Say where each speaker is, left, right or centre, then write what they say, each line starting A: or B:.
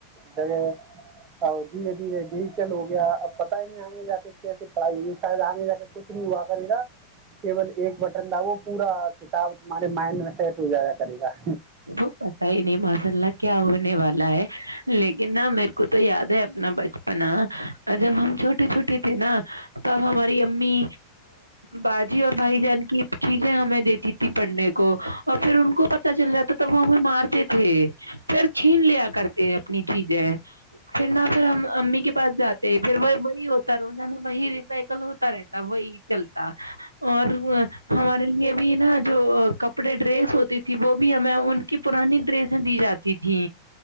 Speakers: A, on the right; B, on the right.
A: جگہ ا دھیرے دھیرے ڈیجیٹل ہو گیا اب پت ہی نہیں آئیں گے جا کے ے پڑھائی ہوڑ فا آ ج کچھ نہیں ہوا کرے گا کیول ایک بٹن ل وہو پورا کتاب تمہارے مائنڈ میں سیٹ ہو جایا کرے گا
B: تو پتا ہی نہیں ماشاء اللہ کیا ہونے والا ہے لیکن ن میرے کو تو یاد ہے اپنا بچپنا جب ہم چھوٹے چھوٹے تھے نا تب ہماری امی باجی اور بھائی جان کی چیزیں ہمیں دیتی تھی پڑھنے کو اور پھر ان کو پت چل جاتا تھا وہ مارتے تھے پھر چھین لیا کرتے اپنی چیزیں پھر نہ پھر ہم امی کے پاس جاتے پھر وہ وہی ہوتا رہو ن ن وہی ریسائیکل ہوتا رہتا وہی چلتا اور ہمارے لیے بھی نا جو کپڑے ڈریس ہوتی تھی وہ بھی ہمیں کی پرانی ڈریس ہے دی جاتی تھی